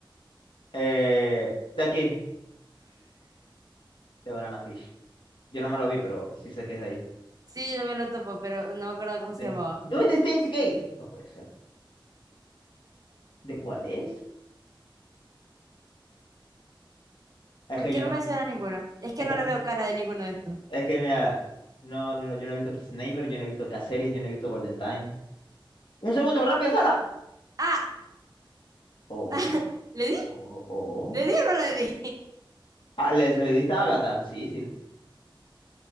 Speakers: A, on the left; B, on the right.
A: Eh, de aquí, de Banana Fish. Yo no me lo vi, pero sí sé que es de ahí.
B: Sí, yo también lo topo, pero no me acuerdo cómo se
A: De-
B: llamaba.
A: no es de Steins Gate. No puede ser. ¿De cuál es? Es
B: ¿Por
A: que
B: qué
A: yo
B: no
A: no
B: me
A: me-
B: suena ninguno? Es que
A: es
B: no
A: que no,
B: le veo cara de ninguno de estos.
A: es que mira, no, yo no, yo no he visto Sniper, yo no he visto Caceres, yo no he visto Golden Time. ¡Un segundo, rápido, Sara!
B: Ah,
A: Oh,
B: <laughs> ¿le di?
A: oh, oh.
B: ¿Le di o no le di?
A: Ah, ¿le, se le diste a Agatha? Sí, sí.